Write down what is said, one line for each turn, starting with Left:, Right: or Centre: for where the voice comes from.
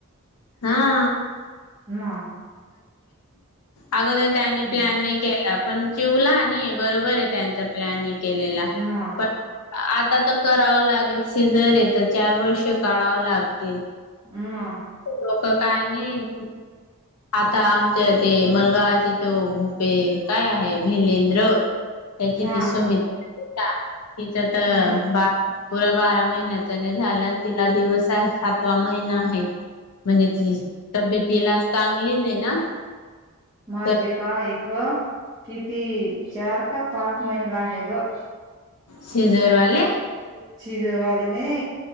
Left: हा
Right: मग
Left: अगोदर त्यांनी
Right: हम्म.
Left: प्लॅन नाही केला पण चिवला नि बरोबर आहे त्यांचा प्लॅन केलेला
Right: मग
Left: पण आता तर करावं लागेल सिजर य तर चार वर्ष काढावं लागतील
Right: हम्
Left: लोक काय नाही आता आमच्या ते मलगावाचे तो भूपे काय आहे भिलेंद्र त्याची
Right: हा
Left: ती सु
Right: हा
Left: मित्र ठी तिचं तर
Right: हम्म
Left: बा पुर्या बारा महिन्याच नाही झालं आणि तिला दिवस आहे सातवा महिना आहे म्हणजे ती तब्येत लाज चांगलीच आहे ना
Right: माझे
Left: तर
Right: का इथं किती चार का पाच महिला ह ग
Left: सीजरवाले
Right: शिजरवाले नाही